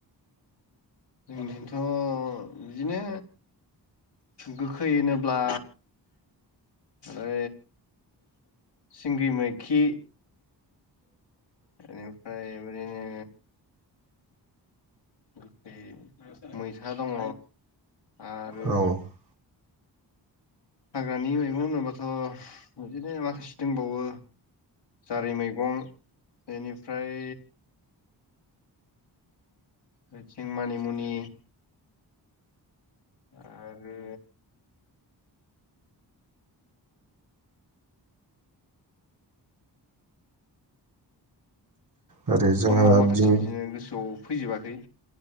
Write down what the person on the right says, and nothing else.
औ
ओरै जोंहा
दिं